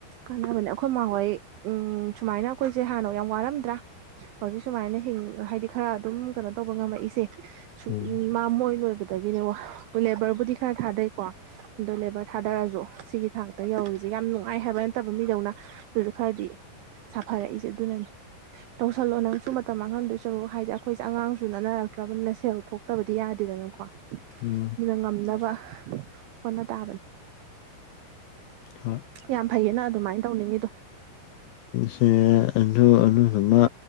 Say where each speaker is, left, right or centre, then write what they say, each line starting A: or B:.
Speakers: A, on the right; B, on the left.
A: ꯀꯥꯟꯅꯕꯅꯦ ꯑꯩꯈꯣꯏ ꯃꯈꯣꯏ ꯎꯝ ꯁꯨꯃꯥꯏꯅ ꯑꯩꯈꯣꯏꯁꯦ ꯍꯥꯟꯅ ꯌꯥꯝ ꯋꯥꯔꯝꯗ꯭ꯔꯥ ꯍꯧꯖꯤꯛ ꯁꯨꯃꯥꯏꯅ ꯍꯤꯡ ꯍꯥꯏꯗꯤ ꯈꯔ ꯑꯗꯨꯝ ꯀꯩꯅꯣ ꯇꯧꯕ ꯉꯝꯃꯛꯏꯁꯦ ꯎ
B: ꯎꯝ
A: ꯃꯃꯣꯏꯅꯕ ꯑꯗꯒꯤꯅꯦ ꯂꯦꯕꯔꯕꯨꯗꯤ ꯈꯔ ꯊꯥꯗꯩꯀꯣ ꯑꯗꯣ ꯂꯦꯕꯔ ꯊꯥꯗꯔꯁꯨ ꯁꯤꯒꯤ ꯊꯥꯛꯇ ꯌꯧꯔꯤꯁꯦ ꯌꯥꯝ ꯅꯨꯡꯉꯥꯏ ꯍꯥꯏꯕ ꯅꯠꯇꯕ ꯃꯤꯗꯧꯅ ꯑꯗꯨꯁꯨ ꯈꯔꯗꯤ ꯁꯥꯐꯔꯛꯏꯁꯦ ꯑꯗꯨꯅꯅꯦ ꯇꯧꯁꯜꯂꯣ ꯅꯪꯁꯨ ꯃꯇꯝ ꯃꯥꯡꯍꯟꯗꯣꯏ ꯁꯔꯨꯛ ꯍꯥꯏꯗꯤ ꯑꯩꯈꯣꯏꯁꯦ ꯑꯉꯥꯡꯁꯨ ꯅꯅꯥꯅꯔꯛꯇ꯭ꯔꯕꯅꯤꯅ ꯁꯦꯜ ꯊꯣꯛꯇꯕꯗꯤ ꯌꯥꯗꯦꯗꯅꯀꯣ
B: ꯎꯝ
A: ꯑꯗꯨꯅ ꯉꯝꯅꯕ ꯍꯣꯠꯅ ꯇꯥꯕꯅꯤ
B: ꯎꯝ
A: ꯌꯥꯝ ꯐꯩꯌꯦꯅ ꯑꯗꯨꯃꯥꯏꯅ ꯇꯧꯅꯤꯡꯉꯤꯗꯣ
B: ꯁꯦ ꯑ ꯑꯗꯨꯗꯨꯃ